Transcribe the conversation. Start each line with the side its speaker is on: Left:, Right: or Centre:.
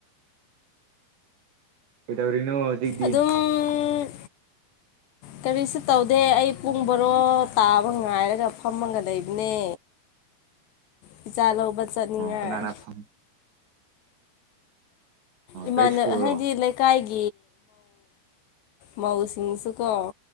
Right: ꯀꯩꯗꯧꯔꯤꯅꯣ ꯍꯧꯖꯤꯛꯇꯤ
Left: ꯑꯗꯨꯝ
Right: <unintelligible>
Left: ꯀꯔꯤꯁꯨ ꯇꯧꯗꯦ ꯑꯩ ꯄꯨꯡ ꯕꯣꯔꯣ ꯇꯥꯕ ꯉꯥꯏꯔꯒ ꯐꯝꯃꯒ ꯂꯩꯕꯅꯦ
Right: <unintelligible>
Left: ꯄꯤꯖꯥ ꯂꯧꯕ ꯆꯠꯅꯤꯡꯉꯥꯏ
Right: ꯀꯅꯥꯅ ꯐꯪ
Left: ꯏꯃꯥꯟꯅ
Right: ꯀꯩ ꯁ꯭ꯀꯨꯜꯔꯣ
Left: ꯍꯥꯏꯗꯤ ꯂꯩꯀꯥꯏꯒꯤ
Right: <unintelligible>
Left: ꯃꯎꯁꯤꯡꯁꯨꯀ